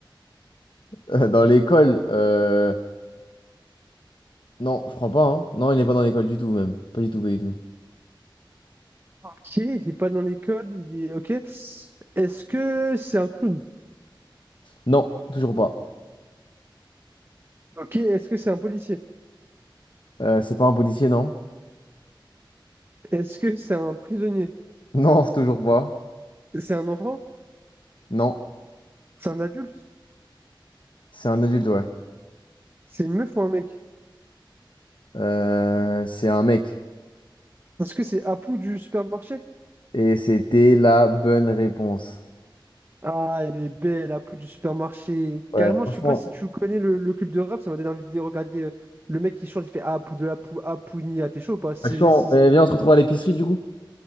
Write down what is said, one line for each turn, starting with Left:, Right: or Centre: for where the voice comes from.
Left: Euh, dans l'école, euh... non, je crois pas. hein. Non, il n'est pas dans l'école du tout, même. Pas du tout, pas du tout.
Right: Ok, il n'est pas dans l'école, il est... Ok. Est-ce que c'est un clown?
Left: Non, toujours pas.
Right: Ok, est-ce que c'est un policier?
Left: Euh, c'est pas un policier, non?
Right: Est-ce que c'est un prisonnier?
Left: Non, <laughs> toujours pas.
Right: C'est un enfant?
Left: Non,
Right: C'est un adulte?
Left: c'est un adulte, ouais.
Right: C'est une meuf ou un mec?
Left: Euh, c'est un mec.
Right: Est-ce que c'est Apu du supermarché?
Left: Et c'était la bonne réponse.
Right: Ah, elle est belle, Apu du supermarché.
Left: Ouais,
Right: Carrément,
Left: franchement.
Right: je sais pas si tu connais le, le club de rap, ça m'a donné envie de regarder euh, le mec qui chante, il fait Apu de la pou, Apu ni à t'es chaud ou pas? CG6.
Left: Franchement, eh bien, on se retrouve à l'épicerie, du coup.